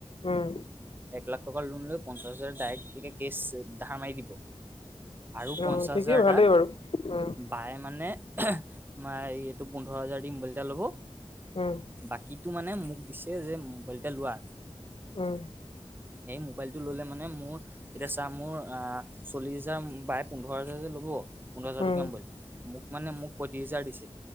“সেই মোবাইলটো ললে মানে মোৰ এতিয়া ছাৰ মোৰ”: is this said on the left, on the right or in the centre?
Right